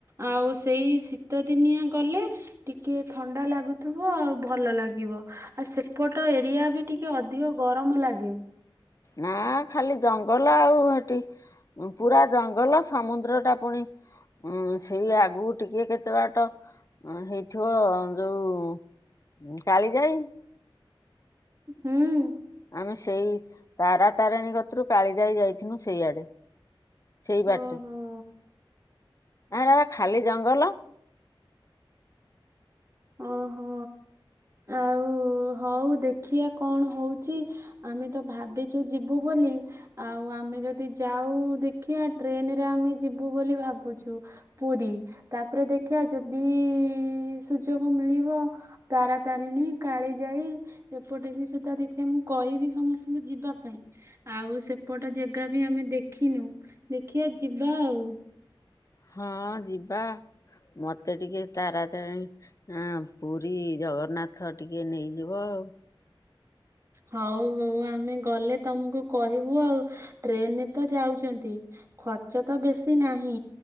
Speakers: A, on the right; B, on the left.
A: ଆଉ ସେଇ ଶୀତ ଦିନିଆ ଗଲେ ଟିକେ ଥଣ୍ଡା ଲାଗୁଥିବ ଆଉ ଭଲ ଲାଗିବ ଆ ସେପଟ ଏରିଆ ବି ଟି ଟିକେ ଅଧିକ ଗରମ ଲାଗେ।
B: ନାଁ ଖାଲି ଜଙ୍ଗଲ ଆଉ ହେଠି। ପୁରା ଜଙ୍ଗଲ ସମୁଦ୍ର ଟା ପୁଣି ଉଁ ସେଇ ଆଗକୁ ଟିକେ କେତେ ବାଟ ହେଇଥିବ ଯୋଉ ଉଁ କାଳି ଯାଇ।
A: ହୁଁ।
B: ଆମେ ସେଇ ତାରା ତାରେଣୀ କତିରୁ କାଳିଯାଇ ଯାଇଥିଲୁ ସେଇଆଡେ। ସେଇ ବାଟେ
A: ଓହୋ।
B: ଏରା ବା ଖାଲି ଜଙ୍ଗଲ।
A: ଓହୋ ଆଉ ହଉ ଦେଖିଆ କଣ ହଉଛି। ଆମେ ତ ଭାବିଛୁ ଯିବୁ ବୋଲି। ଆଉ ଆମେ ଯଦି ଯାଉ ଦେଖିଆ ଟ୍ରେନରେ ଆମେ ଯିବୁ ବୋଲି ଭାବୁଛୁ। ପୁରୀ ତାପରେ ଦେଖିବା ଯଦି ସୁଯୋଗ ମିଳିବ ତାରାତାରିଣୀ କାଳି ଯାଇ ଏପଟେ ବି ସେଟା ଦେଖିବା ମୁଁ କହିବି ସମସ୍ତଙ୍କୁ ଯିବା ପାଇଁ। ଆଉ ସେପଟ ଜେଗାବି ଆମେ ଦେଖିନୁ ଦେଖିଆ ଯିବା ଆଉ।
B: ହଁ ଯିବା ମତେ ଟିକେ ତାରା ତାରେଣୀ ଆଁ ପୁରୀ ଜଗନ୍ନାଥ ଟିକେ ନେଇଯିବ ଆଉ।
A: ହଉ ହଉ ଆମେ ଗଲେ ତମକୁ କହିବୁ ଆଉ। ଟ୍ରେନରେ ତ ଯାଉଛନ୍ତି ଖର୍ଚ୍ଚ ତ ବେଶୀ ନାହିଁ